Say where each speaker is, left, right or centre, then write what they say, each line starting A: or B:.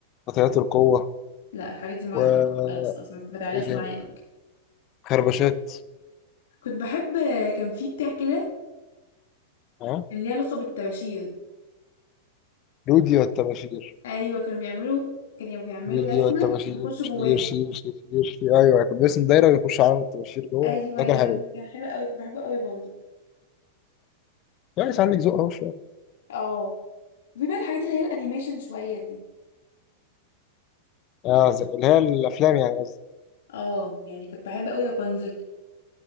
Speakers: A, on the left; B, on the left.
A: قطيعات القوة
B: لا الحاجات دي معايا
A: و
B: خلاص خلاص ما ما تعلاش
A: ايه تاني
B: معايا قوي كده.
A: خربشات
B: كنت بحب آه، كان في بتاع كده
A: ها
B: كان ليه علاقة بالطباشير
A: رودي والتباشير
B: ايوه كانوا بيعملوا كانوا بيعملوا
A: رودي
B: رسمة
A: والتباشير
B: بيخشوا
A: شير
B: جواها
A: شير شير شير شير ايوه كان باسم دايره ويخش عالم الطباشير جوه
B: ايوه
A: ده
B: يا
A: كان
B: لهوي
A: حلو
B: كان حلو قوي كنت بحبه قوي برضه
A: يعني عندك ذوق اهو شويه
B: اه وفي بقى الحاجات اللي هي الانيميشن شويه دي
A: اه ز- اللي هي الافلام يعني قصدي
B: اه يعني كنت بحب قوي رابنزل